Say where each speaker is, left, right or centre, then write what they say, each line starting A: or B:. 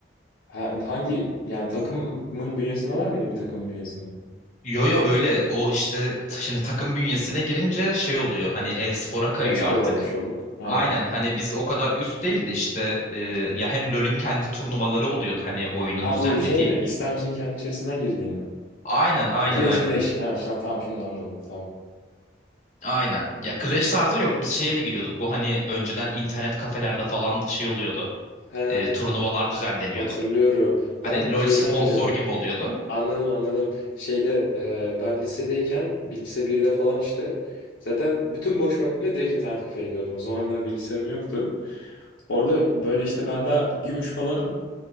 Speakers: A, on the left; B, on the left.
A: Ha- Hangi yani takımın bünyesinde var mıydı bir takımın bünyesinde?
B: Yo yo öyle o işte t- şimdi takım bünyesine girince şey oluyor hani e-spora kayıyor
A: E-spor
B: artık.
A: olmuş olduk. Aynen.
B: Aynen hani biz o kadar üst değil de işte e, ya hem LoL'ün kendi turnuvaları oluyordu hani oyunun
A: Ha
B: düzenlediği.
A: bu şey mi? İstemcinin kendi içerisinden girdiğin mi?
B: Aynen aynen
A: Ha, Clash
B: aynen.
A: Clash. Ha, şu an- tamam şimdi anladım. Tamam.
B: Aynen. Ya Clash tarzı yok biz şeye de giriyorduk bu hani önceden internet kafelerde falan şey oluyordu.
A: He,
B: E, turnuvalar düzenleniyordu.
A: hatırlıyorum.
B: Hani
A: Ben
B: LoL
A: şeyden
B: sponsor
A: biliyorum.
B: gibi oluyordu.
A: Anladım anladım. Şeyde e, ben lisedeyken bir- lise birde falan işte zaten bütün boş vaktimde direkt internet kafeye gidiyordum. O zamanlar bilgisayarım yoktu. Orada böyle işte ben daha gümüş falanım.